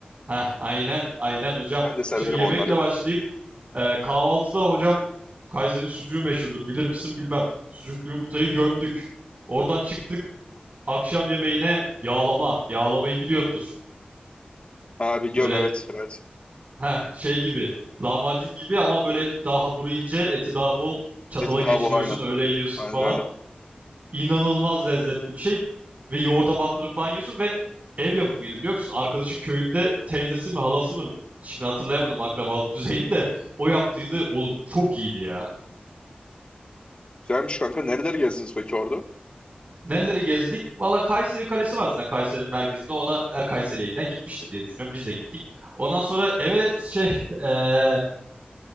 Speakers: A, on the right; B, on the left.
A: Heh, aynen aynen hocam.
B: Ben de severim
A: Şimdi yemekle
B: onları ya.
A: başlayayım. Ee, kahvaltıda hocam Kayseri'nin sucuğu meşhurdur. Bilir misin bilmem. Sucuklu yumurtayı gömdük. Oradan çıktık. akşam yemeğine yağlama. Yağlamayı biliyordur.
B: Ha biliyorum
A: Böyle
B: evet evet.
A: heh, şey gibi lahmacun gibi ama böyle daha hamuru ince eti daha bol çatala
B: Eti daha
A: geçiriyorsun
B: bol aynen.
A: öyle yiyorsun
B: Aynen
A: falan.
B: öyle.
A: İnanılmaz lezzetli bir şey ve yoğurda bandırıp falan yiyorsun ve ev yapımıydı biliyor musun? Arkadaşın köyünde teyzesi mi halası mı şimdi hatırlayamadım akrabalık düzeyini de o yaptıydı. Oğlum çok iyiydi ya.
B: Güzelmiş kanka. Nereleri gezdiniz peki orada?
A: Nereleri gezdik? Valla Kayseri Kalesi var zaten Kayseri'nin merkezinde. Ona her Kayseri'ye giden gitmiştir diye düşünüyorum. Biz de gittik. Ondan sonra Everest şey eee,